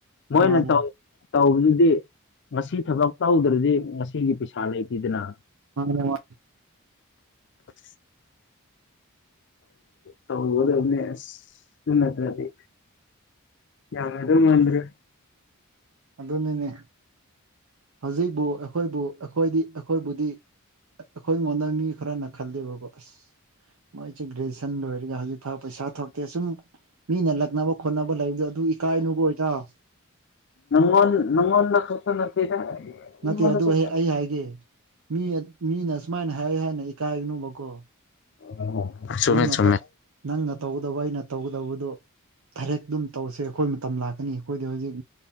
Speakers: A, on the left; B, on the right.
A: ꯃꯣꯏꯅ
B: ꯃꯥꯅꯦ
A: ꯇꯧ ꯇꯧꯕꯗꯨꯗꯤ ꯉꯁꯤ ꯊꯕꯛ ꯇꯧꯗ꯭ꯔꯗꯤ ꯉꯁꯤꯒꯤ ꯄꯩꯁꯥ ꯂꯩꯇꯦꯗꯅ
B: ꯃꯥꯅꯦ ꯃꯥ
A: <inaudible> ꯇꯧꯒꯗꯝꯅꯦ ꯑꯁ ꯑꯗꯨ ꯅꯠꯇ꯭ꯔꯗꯤ ꯌꯥꯒꯗꯧ ꯃꯥꯟꯗ꯭ꯔꯦ
B: ꯑꯗꯨꯅꯤꯅꯦ ꯍꯧꯖꯤꯛꯕꯨ ꯑꯩꯈꯣꯏꯕꯨ ꯑꯩꯈꯣꯏꯗꯤ ꯑꯈꯣꯏꯕꯨꯗꯤ ꯑꯈꯣꯏ ꯃꯣꯟꯗ ꯃꯤ ꯈꯔꯅ ꯈꯜꯂꯦꯕꯀꫭ ꯑꯁ ꯃꯣꯏꯖꯦ ꯒ꯭ꯔꯦꯖ꯭ꯋꯦꯁꯟ ꯂꯣꯏꯔꯒ ꯍꯧꯖꯤꯛ ꯐꯥꯎ ꯄꯩꯁꯥ ꯊꯣꯛꯇꯦ ꯁꯨꯝ ꯃꯤꯅ ꯂꯛꯅꯕ ꯈꯣꯠꯅꯕ ꯂꯩꯕꯗꯨ ꯑꯗꯨ ꯏꯀꯥꯏꯅꯨꯀꫭ ꯏꯇꯥꯎ
A: <unintelligible> ꯅꯪꯉꫭꯟꯗ ꯈꯛꯇ ꯅꯠꯇꯦꯗ ꯑꯩꯉꯣꯟꯗꯁꯨ
B: ꯅꯠꯇꯦ ꯑꯗꯨ ꯑꯩ ꯍꯥꯏꯒꯦ ꯃꯤ ꯃꯤꯅ ꯑꯁꯨꯝꯃꯥꯏꯅ ꯍꯥꯏ ꯍꯥꯏꯅ ꯏꯀꯥꯏꯅꯨꯕꯀꯣ
A: <inaudible>
B: ꯅꯪꯅ
A: ꯆꯨꯝꯃꯦ
B: ꯇꯧ ꯅꯪꯅ ꯇꯧꯒꯗꯕ ꯑꯩꯅ ꯇꯧꯒꯗꯕꯗꯣ ꯊꯔꯦꯛ ꯑꯗꯨꯝ ꯇꯧꯁꯦ ꯑꯈꯣꯏ ꯃꯇꯝ ꯂꯥꯛꯀꯅꯤ ꯑꯈꯣꯏꯗꯤ ꯍꯧꯖꯤꯛ